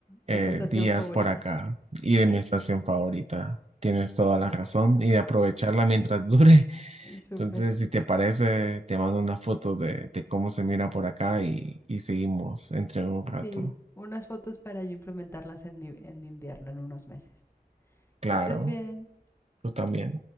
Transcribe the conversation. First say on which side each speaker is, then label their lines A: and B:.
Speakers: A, on the right; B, on the left.
A: eh,
B: de tu estación
A: días
B: favorita.
A: por acá y de mi estación favorita. Tienes toda la razón y de aprovecharla mientras <laughs> dure.
B: <laughs> Súper.
A: Entonces, si te parece, te mando unas fotos de, de cómo se mira por acá y, y seguimos entre un rato.
B: Sí, unas fotos para yo implementarlas en mi, en mi invierno en unos meses.
A: Claro,
B: Que estés bien.
A: tú también.